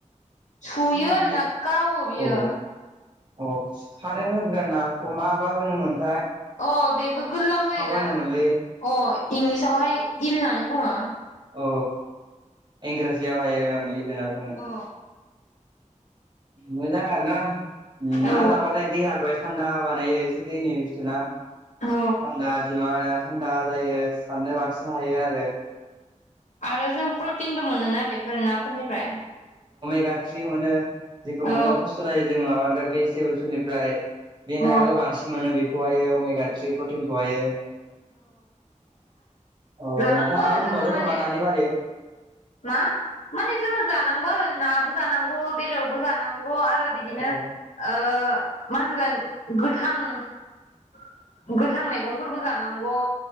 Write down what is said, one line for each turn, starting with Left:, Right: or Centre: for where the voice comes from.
Left: सुयो
Right: सिंगि
Left: आरोना गावो बियो
Right: औ औ कारेन्ट होग्रा नाखौ माबा होनोमोन
Left: औ बेबो गोलाव जायोना
Right: होनोमोनलै
Left: अ इंलिसावहाय इल होननानै बुङो
Right: अ इंराजियाव हाय ओं इल होनना बुङो
Left: अ
Right: मोजां आरो ना ना
Left: औ
Right: जाबाथाय देहाखौ थान्दा बानायो दै बुसथु ना
Left: औ
Right: थान्दा <unintelligible> थान्दा जायो साननो बांसिन हायो आरो
Left: आरो जों प्रटिनबो मोनोना बेफोर नाफोरनिफ्राय
Right: गाथ्रि मोनो जेखौ
Left: औ
Right: मोनो खस्थ' जायो जों माबानिफ्राय बे भेजिटेबोलसफोरनिफ्राय बे नायावल'
Left: औ
Right: बांसिन मोनो बेखौहायो अमेगा थ्रि प्रटिनखौहायो औ
Left: लानांगौ
Right: नोंथाङा
Left: आरो
Right: बुंबावदो
Left: जोङो माने
Right: खोमा नानि बारै
Left: मा माने जोङो जानांगौ आरो नाबो जानांगौ बेदरबो जानांगौ गौ आरो बिदिनो
Right: औ
Left: ओ मा होनगोन गोथां गोथां मैगंफोरबो जानांगौ